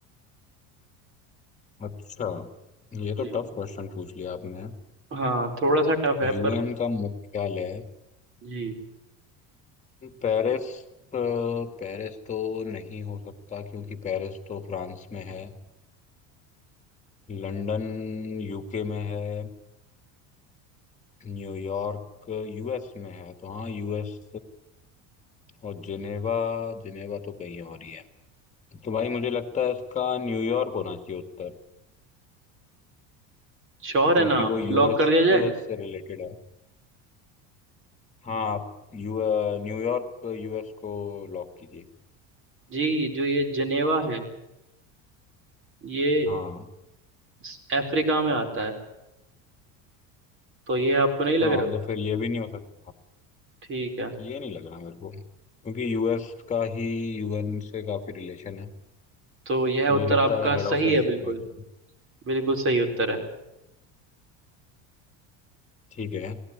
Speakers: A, on the left; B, on the right.
A: अच्छा ये
B: जी
A: तो टफ क्वेश्चन पूछ लिया आपने
B: हाँ थोड़ा सा टफ है
A: यूएन
B: पर
A: का मुख्यालय
B: जी
A: पेरिस अ, पेरिस तो नहीं हो सकता क्योंकि पेरिस तो फ्रांस में है लंदन यूके में है न्यूयॉर्क यूएस में है तो हाँ यूएस और जिनेवा जिनेवा तो कहीं और ही है तो भाई मुझे लगता है इसका न्यूयॉर्क होना चाहिए उत्तर
B: श्योर
A: क्योंकि
B: है ना आप
A: वो यूएस
B: लॉक कर दिया जाए
A: से रिलेटेड है हाँ आप यू न्यूयॉर्क यूएस को लॉक कीजिए
B: जी जो ये जिनेवा है ये
A: हाँ
B: स- अफ्रीका में आता है तो ये आपको नहीं लग
A: हाँ
B: रहा
A: तो फिर ये भी नहीं हो सकता
B: ठीक है
A: ये नहीं लग रहा मेरे को क्योंकि यूएस का ही यूएन से काफी रिलेशन है
B: तो यह
A: मुझे
B: उत्तर
A: लगता
B: आपका
A: है हेड
B: सही
A: ऑफिस
B: है बिल्कुल
A: वहीं है।
B: बिल्कुल सही उत्तर है
A: ठीक है